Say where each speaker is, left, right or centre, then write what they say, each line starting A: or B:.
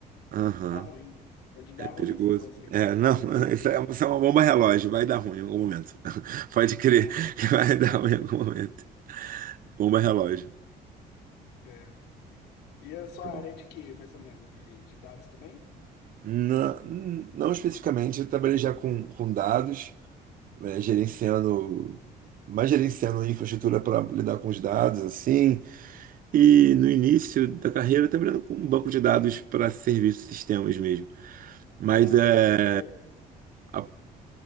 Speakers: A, on the right; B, on the left.
A: Aham.
B: Vai dar ruim. Pode dar
A: É perigoso.
B: ruim esse negócio aí.
A: É, não, <laughs>
B: Ruim.
A: isso é, isso é uma bomba relógio, vai dar ruim em algum momento. <laughs> Pode crer
B: Não é não.
A: que vai <laughs> dar ruim em algum momento. Bomba relógio.
B: É. E a sua
A: Tá bom.
B: área de quê, mais ou menos? De, de dados também?
A: Não, não especificamente, eu trabalhei já com, com dados, né, gerenciando, mais gerenciando infraestrutura para lidar com os dados, assim. E no início da carreira eu trabalhando com um banco de dados para serviços e sistemas mesmo. Mas
B: Ah,
A: é,
B: pô, maneiro.
A: a,